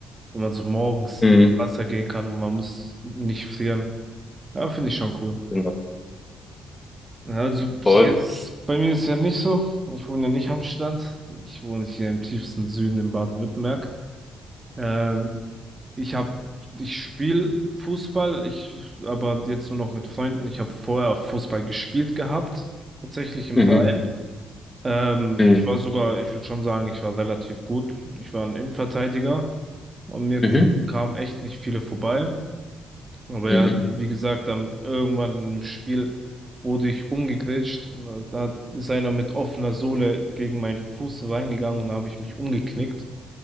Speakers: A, on the right (about 25°); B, on the left (about 15°).
A: wenn man so morgens
B: Mhm.
A: ins Wasser gehen kann und man muss nicht frieren. Ja, finde ich schon cool.
B: Genau.
A: Also hier
B: Voll.
A: ist, bei mir ist ja nicht so. Ich wohne ja nicht am Strand. Ich wohne hier im tiefsten Süden in Baden-Württemberg. Ähm, ich habe, ich spiele Fußball, ich aber jetzt nur noch mit Freunden. Ich habe vorher Fußball gespielt gehabt, tatsächlich im
B: Mhm.
A: Verein. Ähm,
B: Mhm.
A: ich war sogar, ich würde schon sagen, ich war relativ gut. Ich war ein Innenverteidiger und mir
B: Mhm.
A: kamen echt nicht viele vorbei. Aber
B: Mhm.
A: ja, wie gesagt, dann irgendwann im Spiel wurde ich umgegrätscht. Da ist einer mit offener Sohle gegen meinen Fuß reingegangen und da habe ich mich umgeknickt.